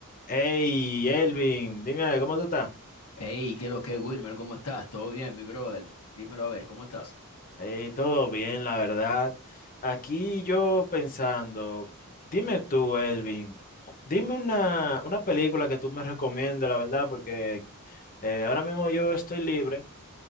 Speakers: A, on the left (about 40°); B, on the left (about 80°).
A: Hey, Elvin, dime, ¿cómo tú estás?
B: Hey, ¿qué lo que, Wilmer? ¿Cómo estás? ¿Todo bien, mi brother? Dímelo a ver, ¿cómo estás?
A: Eh, todo bien, la verdad. Aquí yo pensando, dime tú, Elvin, cu- dime una, una película que tú me recomiendes, la verdad, porque eh, ahora mismo yo estoy libre